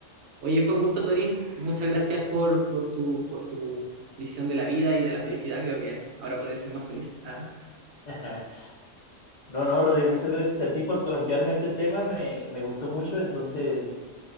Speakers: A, on the right; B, on the left.
A: Oye, fue un gusto, Torín. Muchas gracias por, por tu, por tu visión de la vida y de la felicidad. Creo que ahora podría ser más feliz. Ah,
B: <laughs> No, no, Rodrigo, muchas gracias a ti por plantearme este tema, me, me gustó mucho, entonces